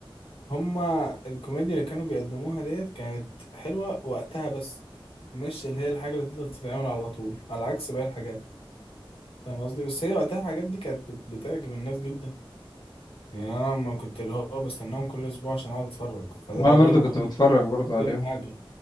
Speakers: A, on the left; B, on the left.
A: هما الكوميديا اللي كانوا بيقدموها ديت كانت حلوه وقتها بس مش اللي هي الحاجه اللي تفضل تتعمل على طول على عكس باقي الحاجات فاهم قصدي بس هي وقتها الحاجات دي كانت بت- بتعجب الناس جدا يعني انا لما كنت اللي هو بستناهم كل اسبوع عشان اقعد اتفرج فده
B: وانا
A: دليل
B: برضو
A: ان
B: كنت
A: هم
B: بتفرج برضو عليهم
A: قدموا حاجه